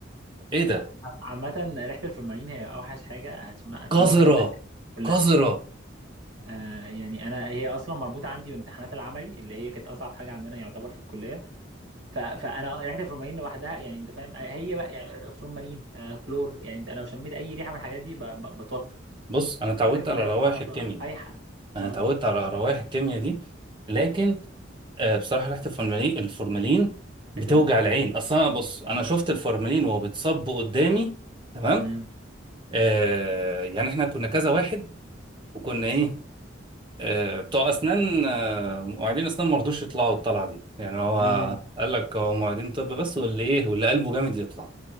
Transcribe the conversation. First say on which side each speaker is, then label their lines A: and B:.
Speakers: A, on the right (about 25°); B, on the right (about 75°).
A: ايه ده
B: عامة ريحة الفورمالين هي اوحش حاجة هتشمها هتشمها
A: قذرة
B: في حياتك كلها
A: قذرة
B: آه يعني انا هي اصلا مربوطة عندي بامتحانات العملي اللي هي كانت اصعب حاجة عندنا يعتبر في الكلية ف... فانا ريحة الفورمالين لوحدها يعني انت فاهم آه، هي بقى يعني فورمالين آه كلور يعني انا لو شميت اي ريحة من الحاجات دي ب... ب... بتوتر
A: بص انا اتعودت
B: وهي
A: على روائح
B: سبحان
A: الكيمياء
B: الله فايحة
A: انا
B: اه
A: اتعودت على روائح الكيمياء دي لكن آه بصراحة ريحة الفورمالين الفورمالين بتوجع
B: حتة تانية
A: العين اصلا بص انا شفت الفورمالين وهو بيتصب قدامي تمام
B: مم.
A: آه يعني احنا كنا كذا واحد وكنا ايه آه، بتوع اسنان آه، مواعيدين اسنان ما رضوش يطلعوا الطلعه دي يعني هو
B: مم.
A: قال لك هو مواعيدين طب بس واللي ايه واللي قلبه جامد يطلع